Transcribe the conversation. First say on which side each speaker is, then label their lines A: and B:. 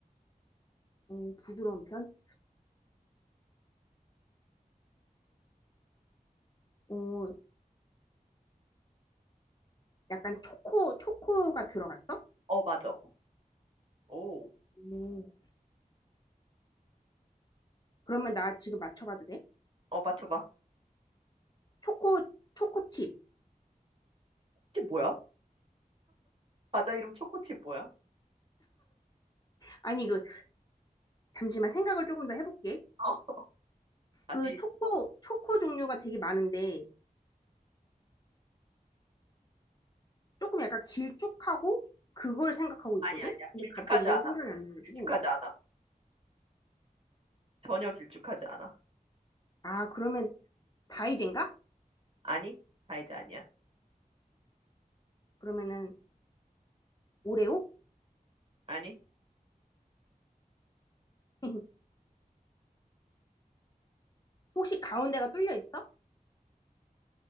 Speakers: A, on the left (about 25°); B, on the right (about 40°).
A: 어, 부드러운 편? 어, 약간 초코, 초코가 들어갔어?
B: 어, 맞아. 오.
A: 음, 그러면 나 지금 맞춰봐도 돼?
B: 어, 맞춰봐.
A: 초코, 초코칩.
B: 칩 뭐야? 과자 이름 초코칩 뭐야?
A: 아니, 그, 잠시만 생각을 조금 더 해볼게.
B: 어, 다시.
A: 그 초코, 초코 종류가 되게 많은데, 조금 약간 길쭉하고, 그걸 생각하고
B: 아니,
A: 있거든?
B: 아니야.
A: 근데
B: 길쭉하지
A: 갑자기 이름이
B: 않아.
A: 생각이 안 나가지고.
B: 길쭉하지 않아. 전혀 길쭉하지 않아.
A: 아, 그러면 다이젠가?
B: 아니, 다이제 아니야.
A: 그러면은 오레오?
B: 아니,
A: <laughs> 혹시 가운데가 뚫려 있어?